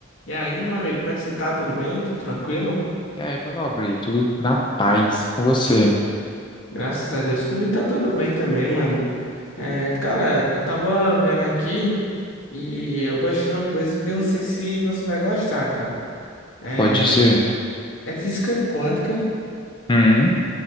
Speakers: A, on the left; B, on the left.
A: E aí, meu amigo, como é que você tá? Tudo bem? Tudo tranquilo?
B: E aí, meu nobre, tudo na paz e com você?
A: Graças a Deus, comigo tá tudo bem também, mano. É, cara, eu tava vendo aqui e eu gosto de uma coisa que eu não sei se você vai gostar, cara. É,
B: Pode dizer?
A: é física quântica,
B: Hum?